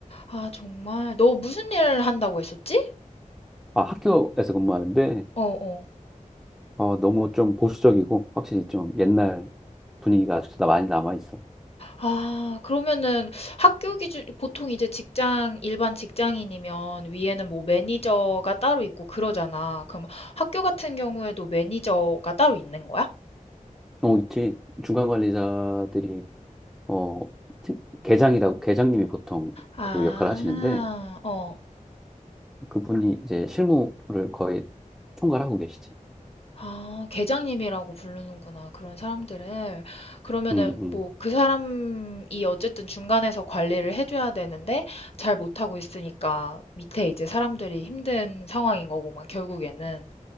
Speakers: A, on the left (about 45°); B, in the centre.
A: 아, 정말. 너 무슨 일을 한다고 했었지?
B: 아 학교에서 근무하는데
A: 어어.
B: 어, 너무 좀 보수적이고 확실히 좀 옛날 분위기가 아직도 나- 많이 남아 있어.
A: 아 그러면은 학교 기준 보통 이제 직장 일반 직장인이면 위에는 뭐 매니저가 따로 있고 그러잖아. 그럼 학교 같은 경우에도 매니저가 따로 있는 거야?
B: 어 있지 중간 관리자들이 어 팀- 계장이라고 계장님이 보통
A: 아,
B: 그 역할을 하시는데
A: 어.
B: 그분이 이제 실무를 거의 총괄하고 계시지.
A: 아, 계장님이라고 부르는구나. 그런 사람들을. 그러면은
B: 음 음,
A: 뭐 그 사람이 어쨌든 중간에서 관리를 해줘야 되는데 잘 못하고 있으니까 밑에 이제 사람들이 힘든 상황인 거고 막 결국에는.